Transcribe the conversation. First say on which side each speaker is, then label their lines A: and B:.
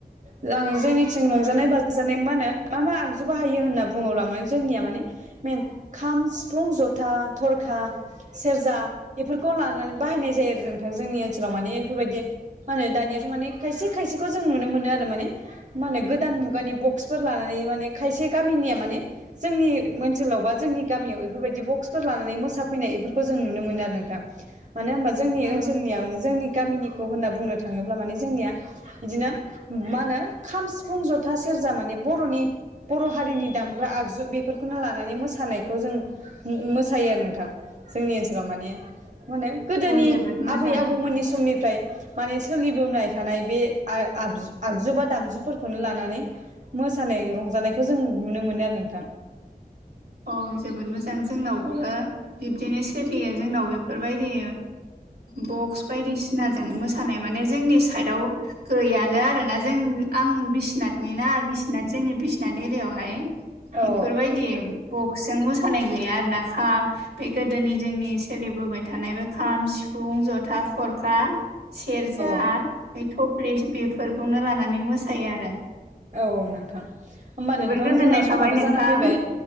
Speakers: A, on the right (about 50°); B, on the right (about 85°).
A: जोंनिथिं रंजानाय बाजानाय मा होनो मा मा आगजु बाहायो होनना बुङोब्ला माने जोंनिया माने मेन खाम सिफुं जथा थरखा सेरजा इफोरखौ लानानै बाहायनाय जायो आरो नोंथां जोंनि ओनसोलाव माने इफोरबायदि मा होनो दानियाथ' माने खायसे खायसेखौ जों नुनो मोनो आरो माने मा होनो गोदान मुगानि बक्सफोर लानानै माने खायसे गामिनिया माने जोंनि ओनसोलाव बा जोंनि गामियाव बेफोरबायदि बक्सफोर लानानै मोसाफैनाय बेफोरखौ जों नुनो मोनो आरो नोंथा मानो होनबा जोंनि
B: औ
A: ओनसोलनिया माने जोंनि गामिनिखौ होनना बुंनो थाङोब्ला माने जोंनिया बिदिनो मा होनो खाम सिफुं जथा सेरजा माने बर'नि बर' हारिनि दामग्रा आगजु बेफोरखौनो लानानै मोसानायखौ जों मोसायो आरो नोंथां जोंनि ओनसोलाव माने मा होनो गोदोनि
B: जोबोद मोजां
A: आबै आबौमोननि समनिफ्राय माने सोलिबोनाय थानाय बे आगजु बा दामजुफोरखौनो लानानै मोसानाय रंजानायखौ जों नुनो मोनो आरो नोंथां
B: औ जोबोद मोजां जोंनावबो बिब्दिनो सोलियो जोंनाव बेफोरबायदि बक्स बायदिसिनाजों मोसानाय माने जोंनि साइडाव गैयानो आरो ना जों आं बिसनाथनि ना बिसनाथ जोंनि बिसनाथ एरियावहाय
A: औ
B: इफोरबायदि बक्सिजों मोसानाय गैया आरोना खा बे गोदोनि जोंनि सोलिबोबाय थानाय बे खाम सिफुं जथा खरखा सेरजा
A: औ
B: बै थफ्लि बेफोरखौनो लानानै मोसायो आरो
A: औ औ नोंथां होमबा
B: जोबोर
A: नोंथां
B: गोजोननाय
A: जोंना समाबो
B: थाबाय नोंथां
A: जाना फैबाय